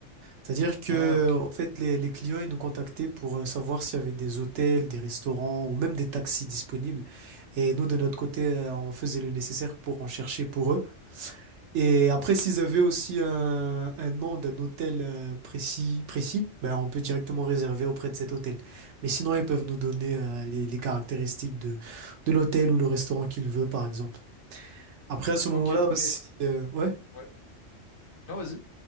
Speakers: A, on the right (about 70°); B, on the left (about 55°).
A: C'est-à-dire que,
B: Ah, ok.
A: en fait, les, les clients, ils nous contactaient pour euh, savoir s'il y avait des hôtels, des restaurants ou même des taxis disponibles. Et nous, de notre côté, euh, on faisait le nécessaire pour en chercher pour eux. Et après, s'ils avaient aussi un, un nom d'un hôtel euh, précis, précis, ben, on peut directement réserver auprès de cet hôtel. Mais sinon, ils peuvent nous donner euh, les, les caractéristiques de, de l'hôtel ou le restaurant qu'ils veulent, par exemple. Après, à ce moment-là
B: Ok, mais
A: aussi, euh, ouais.
B: ouais. Ah, vas-y.